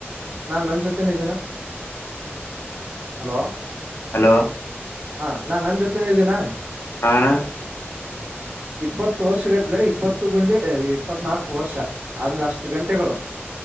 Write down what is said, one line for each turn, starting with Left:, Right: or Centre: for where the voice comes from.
Right: ನಾನ್ ನನ್ ಜೊತೆನೆ ಇದೀನ ಹಲೋ
Left: ಹಲೋ ಹ
Right: ಹಾಂ ನಾ ನನ್ನ ಜೊತೆನ ಇದ್ದೀನಾ
Left: ಹಾ ಅಣ್ಣ
Right: ಇಪ್ಪತ್ತು ವರ್ಷ ಗಟ್ಲೆ ಇಪ್ಪತ್ತು ಗುಂಡ್ಲಿ ಇಪ್ಪತ್ನಾಲ್ಕು ವರ್ಷ ಅದ್ರ ಅಷ್ಟು ಗಂಟೆಗಳು